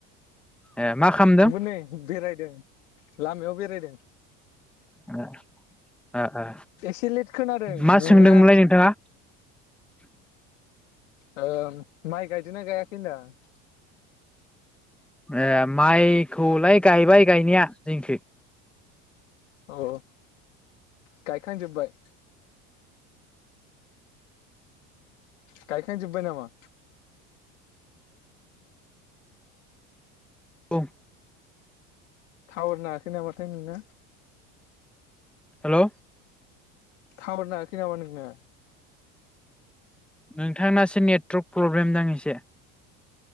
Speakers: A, in the centre; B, on the left.
A: ए मा खालामदों
B: आंबो नै बेेराइ दों लामायाव बेरायदों।
A: दा आ आ
B: एसे लेट खोनादों
A: मा
B: नोंना
A: सोंदोंमोनलाय नोंथाङा? <unintelligible>
B: ओ माइ गायदोंना गायाखै होन्दां?
A: ए माइखौलाय गायबाय गायनाया जोंखै
B: औ औ गायखांजोबबाय गायखां जोबबाय नामा?
A: औ
B: थावर नाङाखै नामा नों ना
A: हेलौ
B: थावार नाङाखै नामा नोंना
A: नोंथांनासो नेटवर्क प्रब्लेम दां एसे